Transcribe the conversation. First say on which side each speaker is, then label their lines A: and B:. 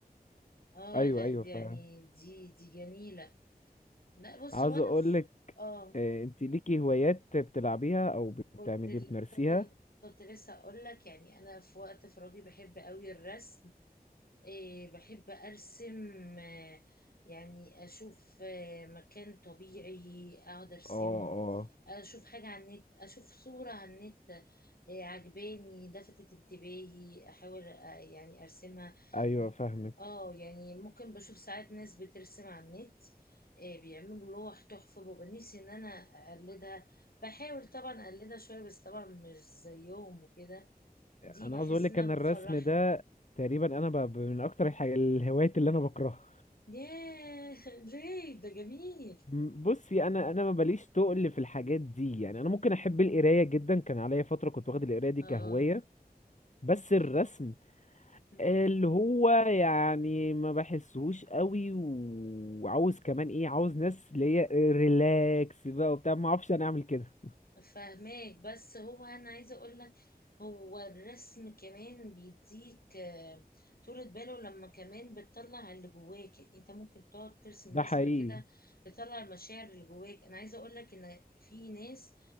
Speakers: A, on the left (about 70°); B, on the left (about 50°).
A: اه
B: ايوه
A: لا
B: ايوه
A: يعني
B: فعلا
A: دي دي جميلة لا بص
B: عاوز
A: هو انا
B: اقول
A: في
B: لك
A: اه
B: آه، انت ليكي هوايات بتلعبيها او
A: كنت
B: بتعملي
A: ال...
B: بتمارسيها
A: كنت ال... كنت لسه اقول لك يعني انا في وقت فراغي بحب قوي الرسم إيه بحب أرسم آه، يعني أشوف آه، مكان طبيعي أقعد أرسمه
B: اه اه
A: أشوف حاجة على النت أشوف صورة على النت آه، عجباني لفتت انتباهي أحاول آه، يعني أرسمها
B: ايوه فاهمك
A: اه يعني ممكن بشوف ساعات ناس بترسم على النت آه، بيعملوا لوح تحفة ببقى نفسي إن أنا أقلدها بحاول طبعا أقلدها شوية بس طبعا مش زيهم وكده دي
B: انا
A: بحس
B: عاوز اقول لك
A: إنها
B: ان الرسم
A: بتفرحني
B: ده تقريبا انا ب... ب- من اكتر الحاجات الهوايات اللي انا بكرهها
A: ياه دريك ده جميل
B: م- بصي انا انا ما بليش تقل في الحاجات دي يعني انا ممكن احب القرايه جدا كان عليا فتره كنت واخد القرايه دي
A: اه
B: كهوايه بس الرسم
A: إيه. مم.
B: اللي هو يعني ما بحسهوش قوي و- وعاوز كمان ايه عاوز ناس اللي هي ريلاكس بقى وبتاع ما اعرفش انا اعمل كده
A: فاهماك بس هو انا عايزه اقول لك هو الرسم كمان بيديك آه، طولة باله لما كمان بتطلع اللي جواك يعني انت ممكن تقعد ترسم
B: ده
A: رسمه
B: حقيقي
A: كده تطلع المشاعر اللي جواك انا عايزه اقول لك ان في ناس